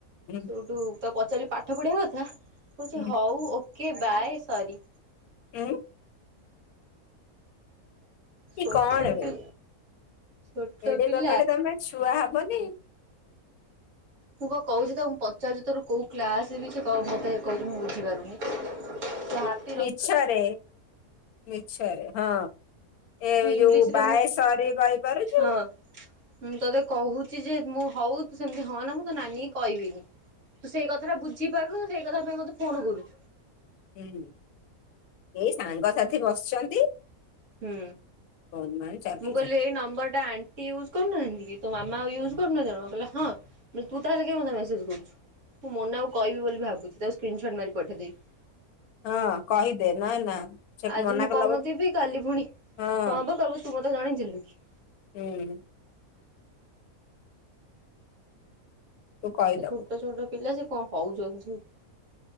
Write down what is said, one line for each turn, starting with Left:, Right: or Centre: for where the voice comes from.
Left: ହୁଁ।
Right: ସେଠୁ ତାକୁ ପଚାରିଲି ପାଠ ପଢିବା କଥା କହୁଛି
Left: ହୁଁ
Right: ହଉ ଓକେ ବାଏ ସରି।
Left: ଉଁ? କି
Right: ଛୋଟ
Left: କଣ ବେ
Right: ପି ଛୋଟ
Left: ଏଡେ
Right: ପିଲା।
Left: ବକଟେ ତମେ ଛୁଆ ହବନି
Right: ମୁଁ କ କହୁଛି ତ ମୁଁ ପଚାରୁଛି ତୋର କୋଉ କ୍ଲାସ ସେ ମତେ କହୁଛି ମୁଁ ବୁଝିପାରୁନି? ଯ <unintelligible>
Left: ମିଛରେ ମିଛରେ ହଁ। ଏ
Right: ତୁ ଇଂଲିଶ
Left: ଯୋଉ
Right: ରେ
Left: ବାଏ ସରୀ କହିପାରୁଛୁ।
Right: ହଁ ମୁଁ ତତେ କହୁଛି ଯେ ମୁଁ ହଉ ତୁ ସେମିତି ହନା ମୁଁ ତୋ ନାନୀ କହିବିନି। ତୁ ସେଇ କଥାଟା ବୁଝିପାରୁନୁ ସେଇ କଥା ପାଇଁ ମତେ ଫୋନ କରୁଛୁ।
Left: ହୁଁ ଏଇ ସାଙ୍ଗସାଥି ବସିଛନ୍ତି।
Right: ହୁଁ
Left: ଫୋନ୍ ଫାନ୍ ଚଲେଇଛନ୍ତି
Right: ମୁଁ କହିଲି ଏଇ ନମ୍ବରଟା ଆ ଟି ୟୁଜ୍ କରୁନାହାନ୍ତି କି ତ ମାମା ଆଉ ୟୁଜକରୁହାନ୍ତି କି କହିଲା ହଁ ତୁ ତାହେଲେ କେମିତି ମତେସେଜ କରୁଛୁ? ମୁଁ ମୋନା କୁ କହିବି ବୋଲି ଭାବୁଛି ତାକୁ ସ୍କ୍ରିନ୍ ସଟ୍ ମାରି ପଠାଇ ଦେଇଦେବି।
Left: ହଁ କହିଦେ ନା ନା ସେ
Right: ଆଜି
Left: ମନା
Right: ମୁଁ
Left: କଲା
Right: କହୁନଥିବି କାଲି ପୁଣି
Left: ହଁ
Right: କଣ ହେବ କହିବୁ ତୁ ମୋତେ ଜାଣିଥିଲୁ କି?
Left: ହୁଁ। ତୁ କହିଦବୁ
Right: ସେ ଛୋଟ ଛୋଟ ପିଲା ସେ କ ହଉଛନ୍ତି ସବୁ।